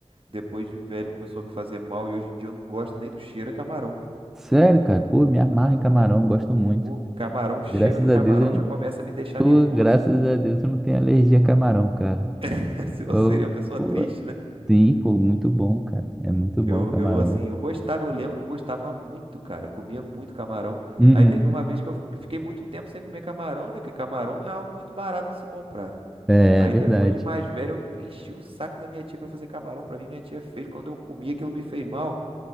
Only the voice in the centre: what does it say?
Sério, cara, pô, me amarra em camarão, gosto muito.
Graças
a
Deus eu não.
Pô,
graças a Deus eu não tenho alergia a camarão, cara.
Eu,
pô,
sim, pô, muito bom, cara. É muito bom
o camarão.
Uhum.
É,
é verdade.